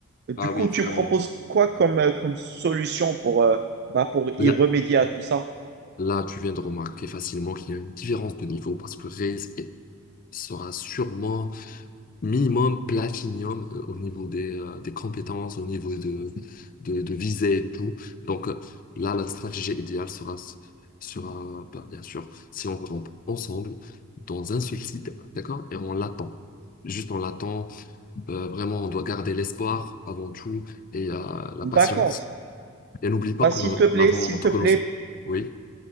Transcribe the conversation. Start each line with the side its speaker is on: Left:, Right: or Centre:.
Right: Du
Left: Ah
Right: coup,
Left: oui,
Right: tu
Left: vraiment.
Right: proposes quoi comme, euh, comme solution pour, euh, bah, pour y
Left: Là,
Right: remédier à tout ça.
Left: là, tu viens de remarquer facilement qu'il y a une différence de niveau parce que Reis est- sera sûrement minimum platinum euh, au niveau des, euh, des compétences, au niveau de, de, de visée et tout. Donc euh, là, la stratégie idéale sera, sera bah, bien sûr, si on tombe ensemble dans un seul site, d'accord? Et on l'attend. Juste on l'attend. Euh, vraiment, on doit garder l'espoir avant tout et euh, la
Right: D'accord.
Left: patience. Et n'oublie
Right: Bah,
Left: pas qu'on
Right: s'il te
Left: a-
Right: plaît,
Left: qu'on a entre
Right: s'il te plaît,
Left: nous. Oui,